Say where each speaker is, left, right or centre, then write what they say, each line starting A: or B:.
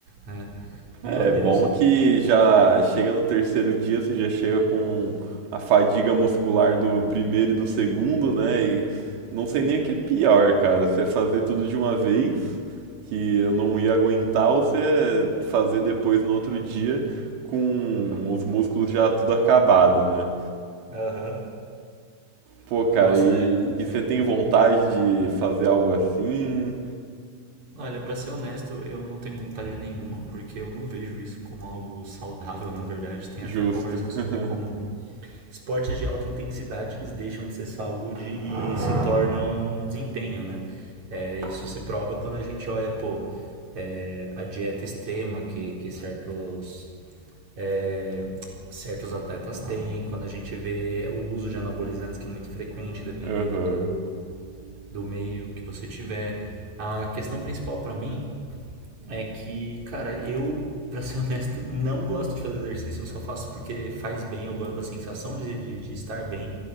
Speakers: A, on the right; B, on the right.
A: né? Meu
B: É
A: Deus,
B: bom
A: cara.
B: que já chega no terceiro dia, você já chega com a fadiga muscular do primeiro e do segundo, né? E não sei nem o que é pior, cara. Você fazer tudo de uma vez, que eu não ia aguentar, ou você fazer depois no outro dia com os músculos já tudo acabado, né?
A: Aham.
B: Pô, cara,
A: Nossa,
B: e,
A: é, isso
B: e você
A: aí. é
B: tem vontade de fazer algo assim?
A: Olha, para ser honesto, eu não tenho vontade nenhuma, porque eu não vejo isso como algo saudável, <laughs> na verdade. Tem
B: Justo.
A: até conversa sobre
B: <laughs>
A: como esportes de alta intensidade eles deixam de ser saúde e se tornam desempenho, né? É, isso se prova quando a gente olha, pô, é, a dieta extrema que, que certos, é, certos atletas têm, quando a gente vê o uso de anabolizantes que é muito frequente, dependendo
B: Aham.
A: do, do meio que você tiver. A questão principal para mim é que, cara, eu, para ser <laughs> honesto, não gosto de fazer exercício, eu só faço porque faz bem, eu gosto da sensação de, de, de estar bem.